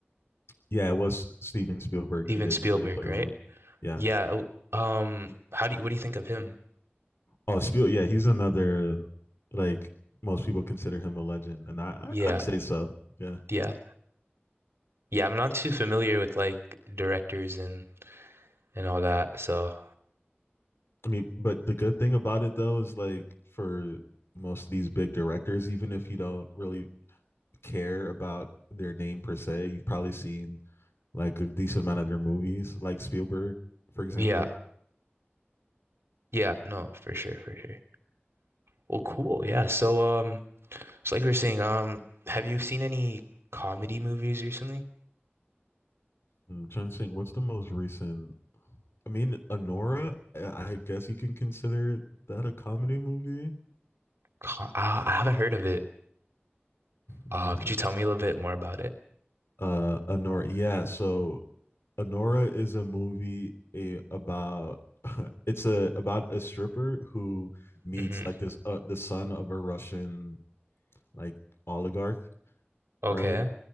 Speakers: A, on the left; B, on the right.
A: Yeah, it was Steven Spielberg.
B: Steven
A: He did
B: Spielberg,
A: Ready Player
B: right?
A: One. Yeah.
B: Yeah. w- Um, how do you what do you think of him?
A: Oh, Spiel. Yeah, he's another like most people consider him a legend, and I,
B: Yeah.
A: I I'd say so. Yeah.
B: yeah. Yeah, I'm not too familiar with like directors and and all that. So
A: I mean, but the good thing about it though is like for most of these big directors, even if you don't really care about their name per se, you've probably seen like a decent amount of their movies, like Spielberg, for example.
B: yeah, yeah, no, for sure, for sure. Well, cool. Yeah. So um, so like we were saying, um, have you seen any comedy movies recently?
A: I'm trying to think, what's the most recent I mean, Anora, uh, I guess you can consider that a comedy movie.
B: Co I, I haven't heard of it. Uh,
A: Yeah.
B: could you tell me a little bit more about it?
A: Uh, Anora. Yeah. So Anora is a movie a, about <laughs> it's a about a stripper who meets
B: hmm
A: like this uh, the son of a Russian like oligarch,
B: Okay.
A: right?